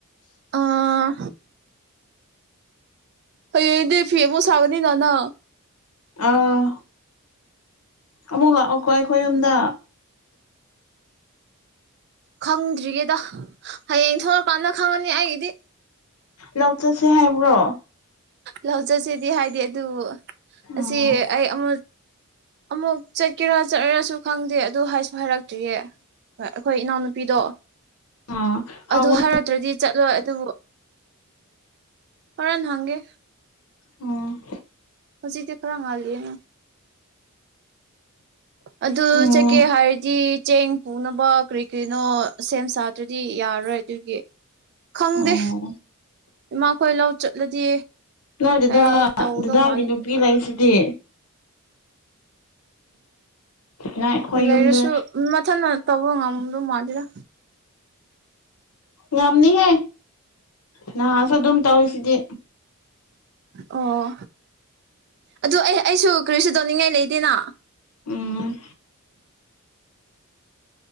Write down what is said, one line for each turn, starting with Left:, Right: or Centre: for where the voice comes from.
Right: ꯑꯥ ꯍꯌꯦꯡꯗꯤ ꯐꯤ ꯑꯃꯨꯛ ꯁꯥꯒꯅꯤꯅ ꯅꯪ
Left: ꯑꯥ ꯑꯃꯨꯛ ꯂꯥꯛꯑꯣꯀꯣ ꯑꯈꯣꯏ ꯌꯨꯝꯗ
Right: ꯈꯪꯗ꯭ꯔꯤꯌꯦꯗ ꯍꯌꯦꯡ ꯊꯣꯛꯂꯛꯀꯥꯟꯗ ꯈꯪꯉꯅꯤ ꯑꯩꯒꯤꯗꯤ
Left: ꯂꯧ ꯆꯠꯁꯦ ꯍꯥꯏꯕ꯭ꯔꯣ
Right: ꯂꯧꯆꯁꯤꯗꯤ ꯍꯥꯏꯗꯤ ꯑꯗꯨ
Left: ꯑꯣ
Right: ꯑꯁꯤ ꯑꯩ ꯑꯃꯨꯛ ꯑꯃꯨꯛ ꯆꯠꯀꯦꯔꯥ ꯆꯠꯂꯔꯁꯨ ꯈꯪꯗꯦ ꯑꯗꯨ ꯍꯥꯏꯁꯨ ꯍꯥꯏꯔ ꯇ꯭ꯔꯤꯌꯦ ꯍꯣꯏ ꯑꯈꯣꯏ ꯏꯅꯥꯎꯅꯨꯄꯤꯗꯣ
Left: ꯑꯥ ꯍꯪꯉꯨ
Right: ꯑꯗꯨ ꯍꯥꯏꯔꯗ꯭ꯔꯗꯤ ꯆꯠꯂꯣꯏ ꯑꯗꯨꯕꯨ ꯍꯣꯔꯦꯟ ꯍꯪꯒꯦ
Left: ꯎꯝ
Right: ꯍꯧꯖꯤꯛꯗꯤ ꯈꯔ ꯉꯜꯂꯤꯌꯦꯅ ꯑꯗꯨ
Left: ꯎꯝ
Right: ꯆꯠꯀꯦ ꯍꯥꯏꯔꯗꯤ ꯆꯦꯡ ꯄꯨꯅꯕ ꯀ꯭ꯔꯤ ꯀ꯭ꯔꯤꯅꯣ ꯁꯦꯝ ꯁꯥꯗ꯭ꯔꯗꯤ ꯌꯥꯔꯔꯣꯏ ꯑꯗꯨꯒꯤ ꯈꯪꯗꯦ
Left: ꯑꯣ
Right: ꯏꯃꯥ ꯈꯣꯏ ꯂꯥꯎ ꯆꯠꯂꯗꯤ
Left: ꯅꯣꯏ ꯗꯥ ꯗꯥꯒꯤ
Right: ꯑꯩ ꯇꯧꯗꯧ
Left: ꯗꯥꯗꯥꯒꯤ
Right: ꯃꯥꯜꯂꯦ
Left: ꯅꯨꯄꯤ ꯂꯩꯁꯤꯗꯤ ꯅ ꯑꯩꯈꯣꯏ
Right: ꯂꯩꯔꯁꯨ
Left: ꯌꯨꯝꯗ
Right: ꯃꯊꯟꯅ ꯇꯧꯕ ꯉꯝꯗꯧ ꯃꯥꯟꯗꯤꯗ
Left: ꯉꯝꯅꯤꯍꯦ ꯅꯍꯥꯁꯨ ꯑꯗꯨꯝ ꯇꯧꯌꯤꯁꯤꯗꯤ
Right: ꯑꯣ ꯑꯗꯨ ꯑꯩ ꯑꯩꯁꯨ ꯀꯔꯤꯁꯨ ꯇꯧꯅꯤꯡꯉꯥꯏ ꯂꯩꯇꯦꯅ
Left: ꯎꯝ